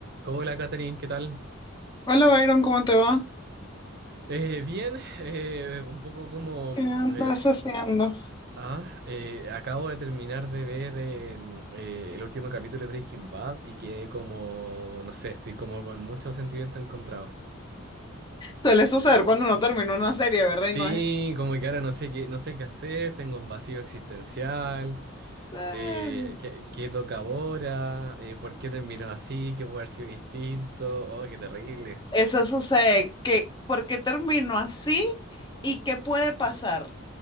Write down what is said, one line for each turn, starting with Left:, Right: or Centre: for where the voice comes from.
Right: Hola, Katherine, ¿qué tal?
Left: Hola Byron, ¿cómo te va?
Right: Eh, bien, eh, un poco como...
Left: ¿Qué andas
Right: eh,
Left: haciendo?
Right: ah, eh, acabo de terminar de ver eh, eh, el último capítulo de Breaking Bad y quedé como... No sé, estoy como con muchos sentimientos encontrados.
Left: Suele suceder cuando uno termina una serie, ¿verdad?
Right: Sí,
Left: Y no es...
Right: como que ahora no sé qué, no sé qué hacer, tengo un vacío existencial,
Left: "Ah".
Right: eh, qué, qué toca ahora, Eh, por qué terminó así, qué puede haber sido distinto, oh, qué terrible.
Left: Eso sucede, que ¿por qué termino así? ¿Y qué puede pasar?